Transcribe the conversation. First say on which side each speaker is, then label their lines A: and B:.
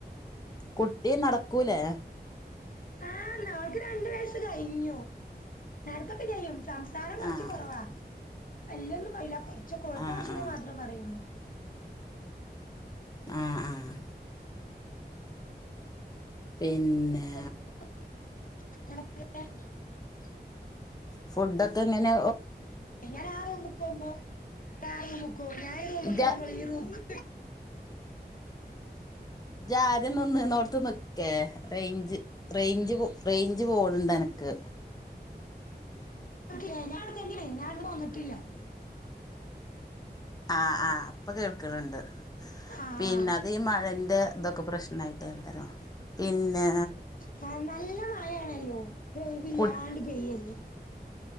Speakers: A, on the left (about 20°); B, on the left (about 55°).
A: കുട്ടി നടക്കൂലേ
B: ആഹ് ഓൾക്ക് രണ്ട് വയസ്സ് കഴിഞ്ഞു. നടക്കൊക്കെ ചെയ്യും. സംസാരം കുറച്ച്
A: ആഹ്
B: കുറവാ എല്ലൊന്നും പറയില്ല കൊറ പക്ഷെ ഓൾക്കാവശ്യേള്ള
A: ആഹ് ആഹ്
B: മാത്രേ പറയുള്ളൂ.
A: അഹ് അഹ് പിന്നെ
B: ന <unintelligible>
A: ഫുഡൊക്കെ എങ്ങനെ
B: ഞാ ആ റൂമുമ്പോ ആ റൂ ഞ റൂമോ
A: ഇജാ
B: ഈ റൂ <unintelligible>
A: ജ് ആദ്യം നിന്ന് നോട്ത്ത്ന്ന് ക്കേ റേഞ്ച് റേഞ്ച് റേഞ്ച് പോണ്ണ്ട് അനക്ക്
B: ഞാന അടുത്തനെയ ഞാനടുന്ന് പോന്നിട്ടില്ല
A: അഹ് ആഹ് ഇപ്പൊ കേൾക്ക്ണണ്ട്
B: ആഹ്
A: പിന്നെ അതീ മഴന്റെ ഇതൊക്കെ പ്രശ്നായിട്ട <inaudible> പിന്നെ
B: ഹാ നല്ല മഴയാണല്ലോ ഇതൊഴുവില്ലാണ്ട്
A: കു
B: പെയ്യല്ലേ.